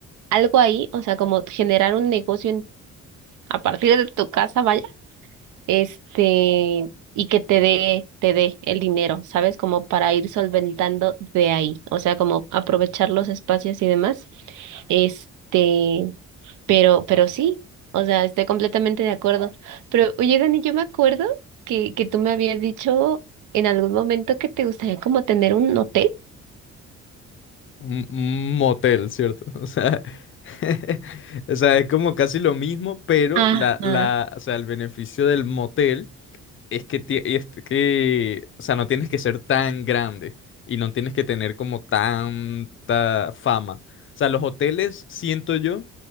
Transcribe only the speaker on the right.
algo ahí, o sea, como generar un negocio en- a partir de tu casa, este, y que te dé, te dé el dinero, ¿sabes? Como para ir solventando de ahí, o sea, como aprovechar los espacios y demás. Este, pero, pero sí, o sea, estoy completamente de acuerdo. Pero, oye, Dani, yo me acuerdo que, que tú me habías dicho en algún momento que te gustaría como tener un hotel.
ah
ah,